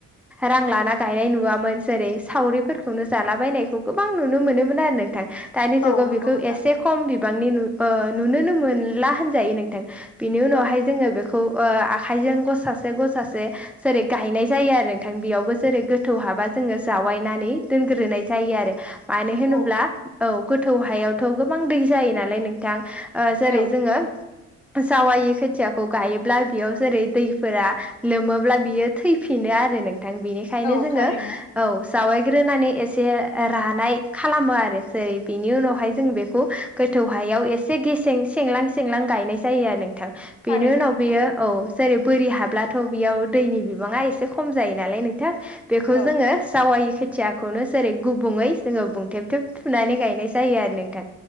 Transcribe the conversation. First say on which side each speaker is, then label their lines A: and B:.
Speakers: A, in the centre; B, on the left.
A: रां लाना गायनाय नुवामोन जेरै सावरिफोरखौनो जालाबायनायखौ गोबां नुनो मोनोमोन आरो नोंथां दानि जुगाव
B: औ नंगौ
A: बेखौ
B: नोंथां
A: एसे खम बिबांनिु नुनोनो मोनला होनजायो नोंथां बिनि उनावहाय
B: औ
A: जोङो बेखौ आखाइजों गस सासे ग सासे जेरै गायनाय जायो आरो नोंथां बेयावबो जेरै गोथौ हाबा जोङो जावायनानै दोनग्रोनाय जायो आरो मानो होनोब्ला
B: औ
A: औ गोथौ हायावथ' गोबां दै जायो नालाय नों बिथां जेरै
B: औ
A: जोङो जावाय खोथियाखौ गायोब्ला बेयाव जेरै दैफोरा लोमोब्ला बियो थैफिनो आरो नोंथां बेनिाय ओंखायनो
B: औ
A: जोङो
B: थारैनो
A: औ जावायग्रोनानै एसे रानाय खालामो आरो जेरै बेनि उनावहाय जों बेखौ गोथौ हायाव एसे गेसें सेंलां सेंलां गायनाय जायो आरो नोंथां बेनि
B: थारैनो
A: उनाव
B: नोंथां
A: बेयो औ जेरै बोरि हाब्लाथ' बेयाव दैनि बिबाङा एसे खम जायो नालाय नोंथां बेखौ
B: औ
A: जोङो सावाय खेथिया खौनो जेरै गुबुङै जोङो बुंथेबथेब थुनानै गायनाय जायो आरो नोंथां